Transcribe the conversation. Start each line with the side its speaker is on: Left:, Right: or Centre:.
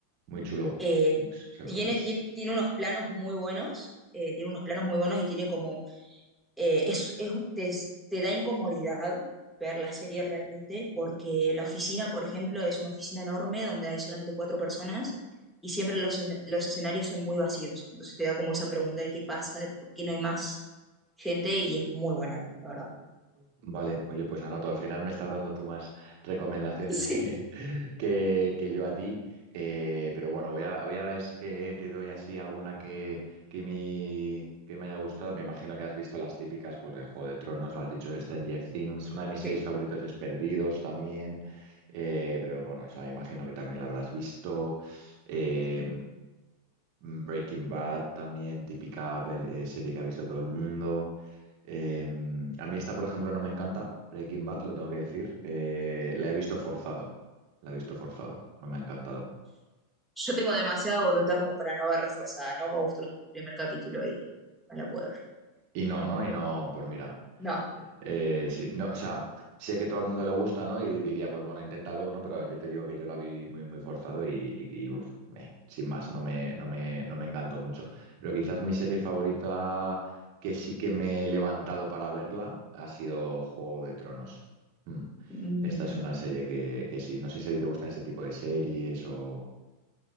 Right: muy chulo.
Centre: Eh,
Right: Severance.
Centre: tiene, tiene, tiene, unos planos muy buenos, eh, tiene unos planos muy buenos y tiene como eh, es, es- te, te da incomodidad ver la serie realmente, porque la oficina, por ejemplo, es una oficina enorme donde hay solamente cuatro personas y siempre los, escen- los escenarios son muy vacíos. Entonces te da como esa pregunta de qué pasa, de por qué no hay más gente y es muy buena, la verdad.
Right: Vale, oye, pues anoto, al final me estás dando tú más recomendaciones
Centre: <laughs> Sí,
Right: que, <laughs> que, que yo a ti, Eh, pero bueno, voy a, voy a ver si te, te doy así alguna que, que, mi- que me haya gustado. Me imagino que has visto las típicas, pues de Juego de Tronos, lo has dicho Stranger Things, una de mis series
Centre: sí,
Right: favoritos es Perdidos también, Eh, pero bueno, esa me imagino que también la habrás visto. Eh,
Centre: sí.
Right: Mm, Breaking Bad también, típica pel- eh, serie que ha visto todo el mundo. Em, a mí esta, por ejemplo, no me encanta, Breaking Bad, lo tengo que decir. Eh, la he visto forzado, la he visto forzado, no me ha encantado.
Centre: Yo tengo demasiada voluntad como para no verla forzada, no me gustó el primer capítulo y no la puedo ver.
Right: Y no, ¿no? Y no, pues mira.
Centre: No,
Right: Eh, sí, no, o sea, sé que todo el mundo le gusta, ¿no? Y diría, pues bueno, inténtalo, ¿no? Pero yo te digo que yo la vi muy, muy forzado y, y- y, uf, me- sin más, no me, no me, no me encantó mucho. Pero quizás mi serie favorita que sí que me he levantado para verla ha sido Juego de Tronos. Mm.
Centre: Mm,
Right: Esta
Centre: bien.
Right: es una serie que, que sí, no sé si a ti te gustan ese tipo de series o...